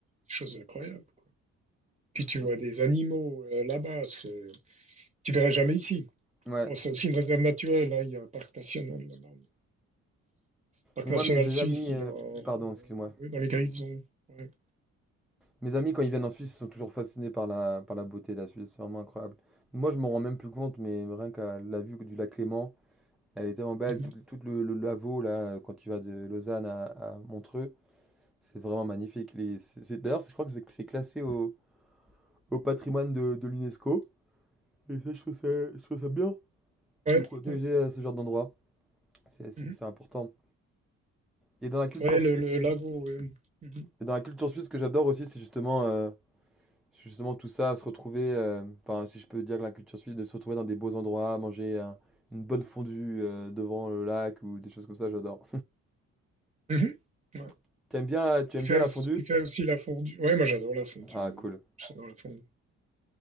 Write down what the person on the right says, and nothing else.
choses incroyables. quoi. Puis tu vois
des animaux euh, là-bas, c'est Tu verras jamais ici.
Bon, c'est aussi une réserve naturelle, hein, Il y a un parc national là-bas. Le Parc
national
suisse,
il
est en-
en-
ouais, dans les Grisons. Ouais,
Mhm.
ouais,
ouais.
Mhm.
Ouais, le,
le lago. ouais. Mhm.
Mhm. Ouais.
Tu
fais,
aussi-
tu fais aussi la fondue. Ouais, moi j'adore la fondue.
ouais. J'adore la fondue.